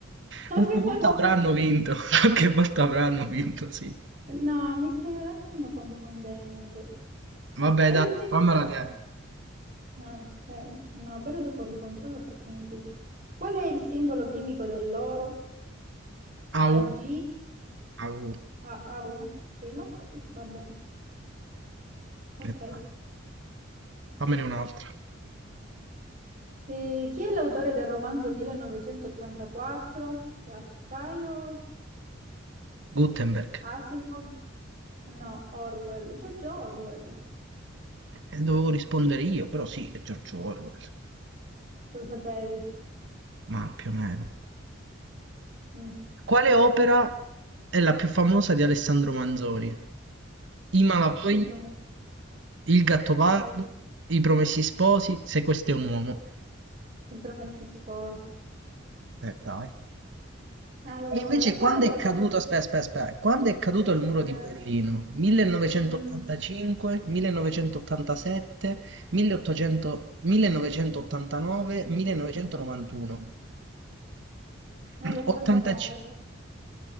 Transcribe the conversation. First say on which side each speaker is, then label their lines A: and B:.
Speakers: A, on the right (about 40°); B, on the right (about 60°).
A: <laughs>
B: Qualche
A: Avevano
B: volta avranno
A: vinto.
B: vinto. <laughs> Qualche volta avranno vinto, sì.
A: No, mi stai un attimo confondendo.
B: Vabbè,
A: E l'Argentina
B: dai, fammela
A: cosa?
B: te.
A: Ah, Ok, no, però dopo ricontrollo perché mi puzza. Qual è il simbolo chimico dell'oro?
B: Au,
A: Ag,
B: au.
A: Ah, ah, oh, Sì, ma fa- va bene. Ok.
B: Aspetta, Fammene un'altra.
A: E chi è l'autore del romanzo 1984? La sai o
B: Gutenberg.
A: Asimov? No, Orwell. George Orwell.
B: Eh, dovevo rispondere io, però sì, è George Orwell,
A: Lo sapevi?
B: ma più o meno.
A: Mm,
B: Quale opera è la più famosa di Alessandro Manzoni? I Malavoglia,
A: I promessi.
B: Il Gattopardo,
A: eh,
B: I Promessi Sposi, Se questo è un uomo.
A: I promessi sposi.
B: Eh, dai.
A: Allora,
B: E invece
A: qual
B: quando
A: è la
B: è caduto,
A: valuta?
B: aspetta, aspetta, aspetta, quando è caduto il muro
A: eh,
B: di Berlino? 1985,
A: mm,
B: 1987, 1800, 1989, 1991,
A: nell'89.
B: 85, <clears throat>